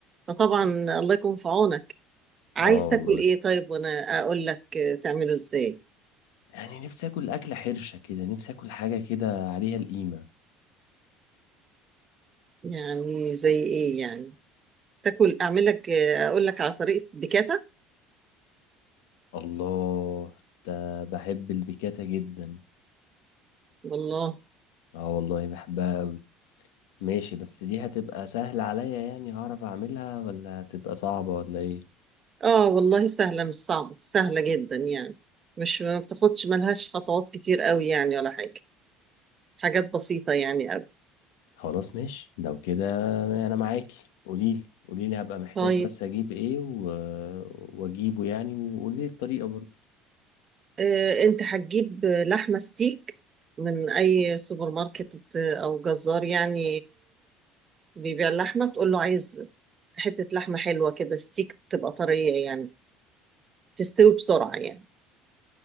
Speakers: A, on the right (about 35°); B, on the left (about 80°).
A: فطبعا الله يكون في عونك عايز
B: اه
A: تاكل
B: والله
A: ايه طيب وانا اقول لك آه، تعمله ازاي
B: يعني نفسي اكل اكله حرشه كده نفسي اكل حاجه كده عليها القيمه
A: يعني زي ايه يعني تاكل اعمل لك آه، اقول لك على طريقة البيكاتا
B: الله ده بحب البيكاتا جدا
A: والله
B: اه والله بحبها قوي ماشي بس دي هتبقى سهله عليا يعني هعرف اعملها ولا هتبقى صعبه ولا ايه
A: اه والله سهلة مش صعبة سهلة جدا يعني مش ما بتاخدش ملهاش خطوات كتير قوي يعني ولا حاجة حاجات بسيطة يعني قوي
B: خلاص ماشي لو كده انا معاكي قوليلي قوليلي هبقى محتاج
A: طيب
B: بس اجيب ايه و... واجيبه يعني وقولي الطريقه برضو
A: آه انت هتجيب آه، لحمة ستيك من اي سوبر ماركت آه، او جزار يعني بيبيع اللحمة تقول له عايز حتة لحمة حلوة كده ستيك تبقى طرية يعني تستوي بسرعة يعني